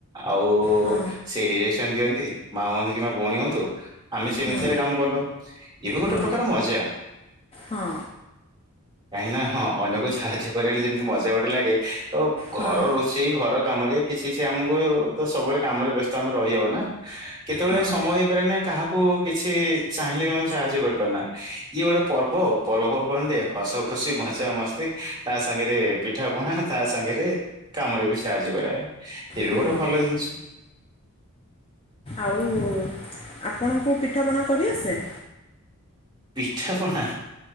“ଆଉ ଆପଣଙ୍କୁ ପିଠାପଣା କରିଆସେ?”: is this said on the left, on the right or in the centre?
Left